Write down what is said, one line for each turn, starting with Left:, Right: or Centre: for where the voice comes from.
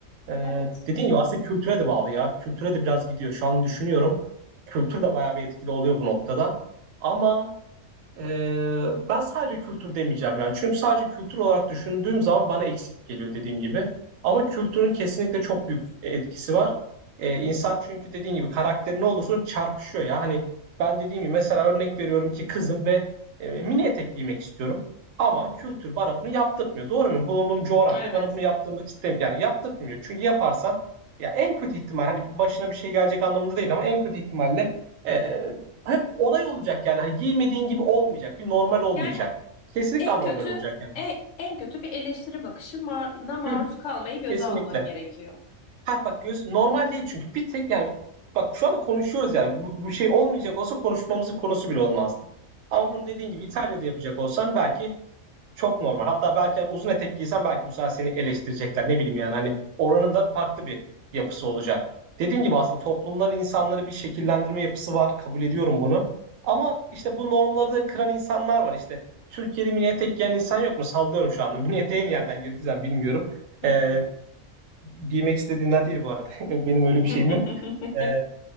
Right: e,
Left: Evet.
Right: dediğin gibi aslında kültüre de bağlı ya. Kültüre de biraz gidiyor. Şu an düşünüyorum. Kültür de bayağı bir etkili oluyor bu noktada. Ama ee, ben sadece kültür demeyeceğim ya. Çünkü sadece kültür olarak düşündüğüm zaman bana eksik geliyor dediğim gibi. Ama kültürün kesinlikle çok büyük etkisi var. Ee, insan çünkü dediğim gibi karakteri ne olursun çarpışıyor ya. Hani ben dediğim gibi mesela örnek veriyorum ki kızım ve e, mini etek giymek istiyorum. Ama
Left: hı. hı.
Right: kültür bana bunu yaptırtmıyor. Doğru mu? Bulunduğum coğrafya
Left: Evet.
Right: bana bunu yaptırmak istemiyor. Yani yaptırtmıyor. Çünkü yaparsan ya en kötü ihtimal hani başına bir şey gelecek anlamında değil ama en kötü ihtimalle e, hep onay olacak yani. Hani giymediğin gibi olmayacak. Bir normal olmayacak.
Left: Yani
Right: Kesinlikle
Left: en
Right: anormal
Left: kötü
Right: olacak yani.
Left: e- en kötü bir eleştiri bakışına maruz
Right: Hı,
Left: kalmayı göze
Right: kesinlikle.
Left: alman gerekiyor.
Right: Ha bak göz normal değil çünkü. Bir tek yani bak şu anda konuşuyoruz yani. Bu, bu şey olmayacak olsa konuşmamızın konusu bile olmazdı. Ama
Left: Evet.
Right: bunu dediğin gibi İtalya'da yapacak olsan belki çok normal. Hatta belki hani uzun etek giysen belki bu sefer seni eleştirecekler. Ne bileyim yani hani oranın da farklı bir yapısı olacak. Dediğim gibi aslında toplumların insanları bir şekillendirme yapısı var. Kabul ediyorum bunu. Ama işte bu normları da kıran insanlar var. İşte Türkiye'de mini etek giyen insan yok mu? Sallıyorum şu anda. <laughs> Mini eteğe niye girdiysen bilmiyorum.
Left: Hı
Right: Ee,
Left: hı.
Right: giymek istediğinden değil bu arada. <laughs> Benim öyle
Left: <laughs>
Right: bir şeyim yok. Ee,